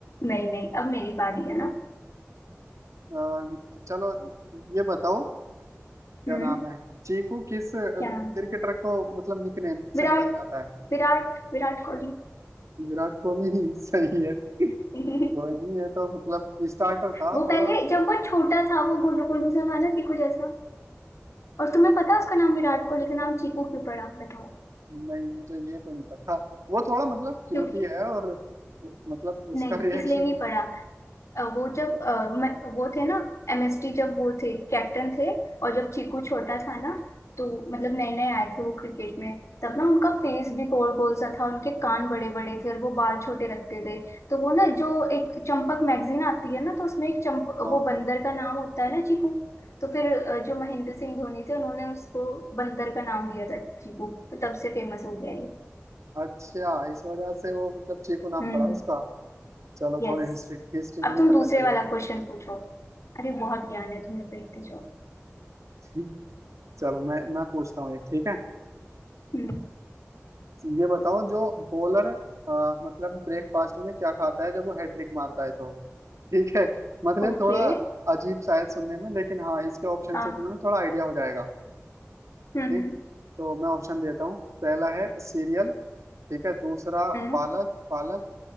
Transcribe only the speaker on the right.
अ, चलो ये बताओ क्या
नाम है चीकू किस क्रिकेटर
को मतलब निकनेम
से बुलाया जाता है
विराट कोहली <laughs> सही है
कोहली ये तो मतलब स्टार्टर था
थोड़ा
नहीं मुझे ये तो नहीं पता वो थोड़ा मतलब क्यूटी
है और मतलब उसका
रिएक्शन
हाँ
अच्छा इस वजह से वो मतलब चीकू नाम
पड़ा उसका चलो
थोड़ी हिस्ट्री हिस्ट्री
मुझे
पता
चलेगी
<laughs> चलो मैं मैं पूछता हूँ एक ठीक है
ये बताओ जो बॉलर मतलब ब्रेकफास्ट में क्या खाता है जब वो हैट्रिक मारता है तो ठीक है मतलब
थोड़ा अजीब शायद सुनने में लेकिन हाँ इसके ऑप्शन
से तुम्हें थोड़ा आइडिया हो जाएगा
ठीक तो मैं ऑप्शन देता हूँ पहला है सीरियल ठीक है दूसरा
पालक पालक